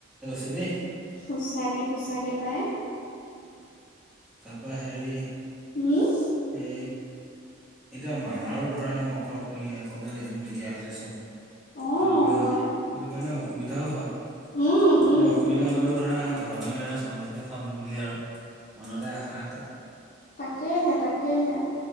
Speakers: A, in the centre; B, on the left (about 40°).
A: দে
B: সঁচাকে সঁচাকে পায়।
A: তাপা হেৰি
B: উম,
A: এ এতিয়া আমাৰো ধৰা মই অকলশৰীয়া অকলে লাগিবলগীয়া হৈছে চব।
B: অ',
A: তাৰ পৰা সেইটো
B: আই
A: কাৰণে অসুবিধাও হয়।
B: উম, উম,
A: অসুবিধা
B: উম।
A: হলেও ধৰা ঘৰৰে চাউলকেইটা খাম বুলি আৰু মনতে আশা এটা
B: তাকেইহে তাকেইহে।